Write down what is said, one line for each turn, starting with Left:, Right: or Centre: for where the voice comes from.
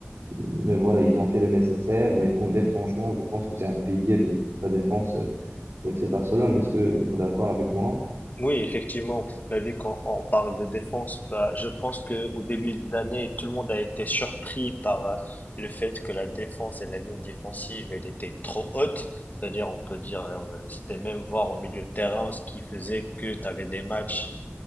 Right: Mais voilà, ils ont fait le nécessaire. Mais Koundé, franchement, je pense que c'est un pilier de la défense euh, le FC Barcelone. Est-ce que tu es d'accord avec moi?
Left: Oui, effectivement, bah, vu qu'on on parle de défense, bah, je pense que au début de l'année, tout le monde a été surpris par euh, le fait que la défense et la ligne défensive, elle était trop haute. C'est-à-dire, on peut dire, euh, c'était même voir au milieu de terrain, ce qui faisait que tu avais des matchs